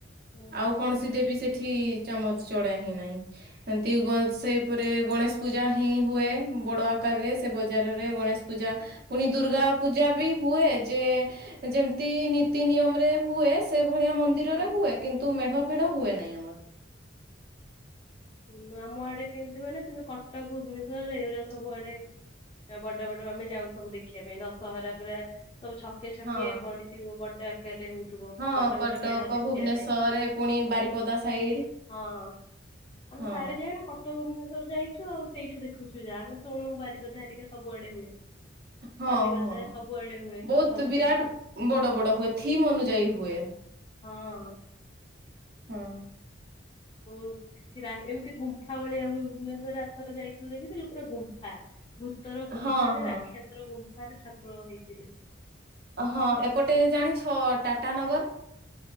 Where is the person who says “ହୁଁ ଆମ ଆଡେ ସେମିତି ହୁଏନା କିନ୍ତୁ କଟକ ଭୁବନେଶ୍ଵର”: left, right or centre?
Left